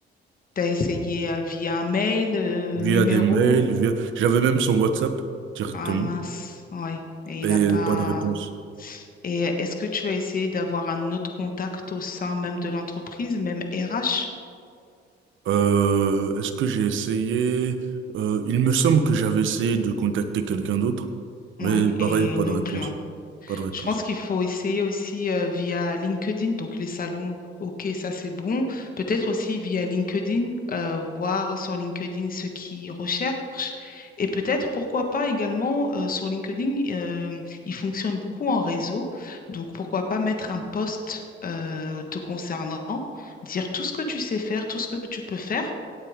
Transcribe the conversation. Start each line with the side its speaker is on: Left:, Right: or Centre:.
Left: Tu as essayé euh, via un mail, euh,
Right: Via
Left: numéro?
Right: des mails, via... J'avais même son WhatsApp directement
Left: Ah mince, oui. Et il
Right: et euh,
Left: n'a pas.
Right: pas de réponse.
Left: Et est-ce que tu as essayé d'avoir un autre contact au sein même de l'entreprise, même RH?
Right: Euh, est-ce que j'ai essayé? Euh, il me semble que j'avais essayé de contacter quelqu'un d'autre, mais
Left: Oui, et
Right: pareil, pas
Left: non
Right: de réponse,
Left: plus. hein.
Right: pas de réponse.
Left: Je pense qu'il faut essayer aussi euh, via LinkedIn, donc les salons, ok, ça c'est bon. Peut-être aussi via LinkedIn, euh, voir sur LinkedIn ce qu'ils recherchent. Et peut-être, pourquoi pas également, euh, sur LinkedIn, euh, il fonctionne beaucoup en réseau. Donc pourquoi pas mettre un post euh, te concernant, dire tout ce que tu sais faire, tout ce que tu peux faire.